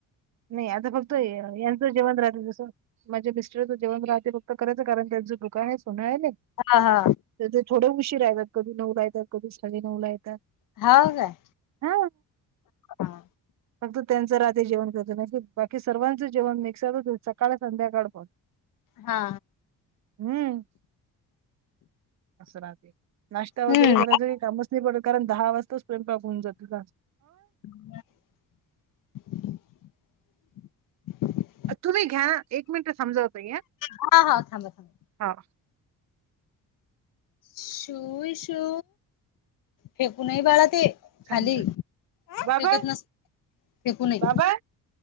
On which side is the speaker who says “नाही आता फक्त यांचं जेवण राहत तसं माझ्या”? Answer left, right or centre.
Right